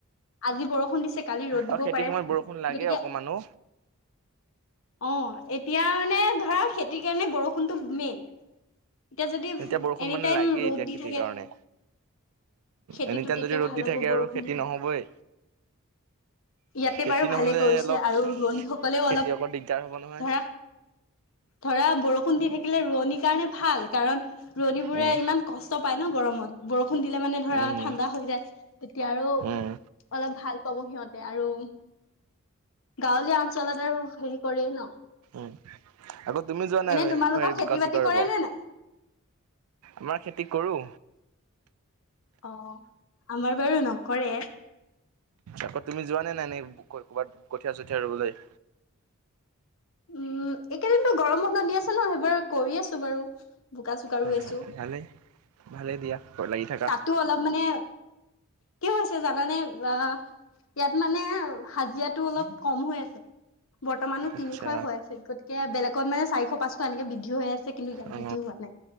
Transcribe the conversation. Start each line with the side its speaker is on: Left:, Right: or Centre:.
Left: আজি বৰষুণ দিছে কালি ৰ'দ দিবও
Right: আৰু খেতিৰ
Left: পাৰে।
Right: সময়ত বৰষুণ লাগে
Left: গতিকে
Right: অকমানো।
Left: অ', এতিয়া মানে ধৰা খেতিৰ কাৰণে বৰষুণটো মেইন। এতিয়া যদি
Right: এতিয়া বৰষুণ
Left: এনি
Right: মানে
Left: টাইম
Right: লাগেই
Left: ৰ'দ
Right: এতিয়া
Left: দি
Right: খেতিৰ
Left: থাকে।
Right: কাৰণে।
Left: খেতিটো
Right: এনিটাইম
Left: তেতিয়া
Right: যদি ৰ'দ
Left: ভাল
Right: দি থাকে
Left: হ'ব বৰষুণ
Right: আৰু খেতি
Left: দিলে।
Right: নহ'বই
Left: ইয়াতে
Right: খেতি
Left: বাৰু
Right: নহ'লে
Left: ভালে। কৰিছে
Right: অলপ
Left: আৰু ৰোৱনী সকলেও
Right: খেতিয়কৰ
Left: অলপ
Right: দিগদাৰ হ'ব নহয়
Left: ধৰা-ধৰা বৰষুণ দি থাকিলে, ৰোৱনিৰ কাৰণে ভাল কাৰণ ৰোৱনীবোৰে
Right: উম
Left: ইমান কষ্ট পায় ন' গৰমত। বৰষুণ দিলে মানে ধৰা
Right: উম
Left: ঠাণ্ডা হৈ যায়, তেতিয়া আৰু
Right: উম
Left: অলপ ভাল। পাব সিহঁতে আৰু গাঁৱলীয়া অঞ্চলত আৰু হেৰি কৰেই ন'।
Right: উম, আকৌ তুমি যোৱা নাই
Left: এনে
Right: হেৰি
Left: তোমালোকৰ খেতি
Right: বোকা-চোকা
Left: বাতি
Right: ৰুব।
Left: কৰে নে নাই
Right: আমাৰ খেতি কৰোঁ।
Left: অহ, আমাৰ বাৰু নকৰে।
Right: আকৌ তুমি যোৱা নে নাই, নে ক'ৰবাত কঠীয়া-চঠীয়া ৰোবলৈ।
Left: উম, একৈইদিনো গৰম বন্ধ দি আছে ন'। সেইবাৰ কৰি আছোঁ বাৰু। বোকা-চোকা
Right: অ
Left: ৰুই আছোঁ।
Right: ভালেই ভালেই দিয়া ঘৰত লাগি থাকা
Left: তাতো অলপ মানে, কি হৈছে জানানে অহ। ইয়াত মানে হাজিৰাটো অলপ কম হৈ আছে। বৰ্তমানো
Right: আচ্ছা
Left: তিনিশ হৈ আছে। গতিকে বেলেগত মানে চাৰিশ, পাঁচশ এনেকে বৃদ্ধি হৈ আছে কিন্তু ইয়াত
Right: অ
Left: বৃদ্ধি হোৱা নাই।